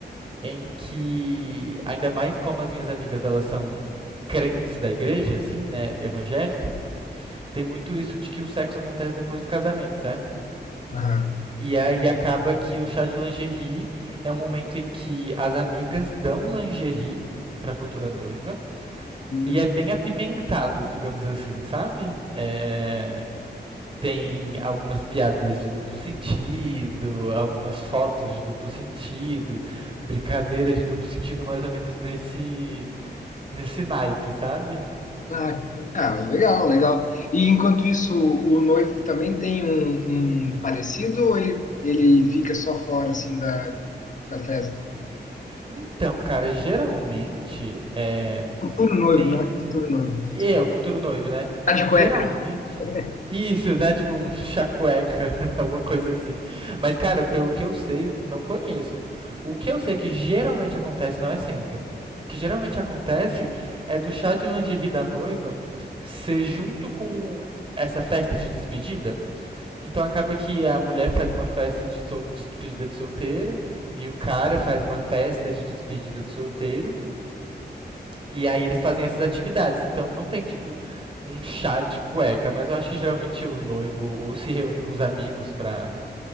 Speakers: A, on the right; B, on the left.
A: Em que, ainda mais como as minhas amigas, elas são crentes da igreja, assim, né, evangélicas, tem muito isso de que o sexo acontece depois do casamento, certo?
B: Aham.
A: E aí acaba que o chá de lingerie é um momento em que as amigas dão lingerie pra futura noiva.
B: Hum,
A: E é bem apimentado, digamos assim, sabe? É, Tem algumas piadas de duplo sentido, algumas fotos de duplo sentido, brincadeiras de duplo sentido mais ou menos nesse, nesse naipe, sabe?
B: Ah, que- ah, legal, legal. E enquanto isso, o noivo também tem um, um parecido ou ele, ele fica só fora, assim, da, da festa?
A: Então, cara, geralmente é,
B: Futuro noivo,
A: tem
B: né? Futuro noivo.
A: E é, o futuro noivo, né?
B: Tá de
A: Geralmente.
B: cueca. <laughs>
A: Isso, né? Tipo um <laughs> chacueca, <laughs> alguma coisa assim. Mas, cara, pelo que eu sei, não conheço. O que eu sei que geralmente acontece, não é sempre. O que geralmente acontece é do chá de lingerie da noiva ser junto com essa festa de despedida. Então acaba que a mulher faz uma festa de, sol- de despedida de solteira e o cara faz uma festa de despedida de solteiro. E aí eles fazem essas atividades. Então não tem, tipo, um chá de cueca, mas eu acho que geralmente o noivo ou se reúne com os amigos pra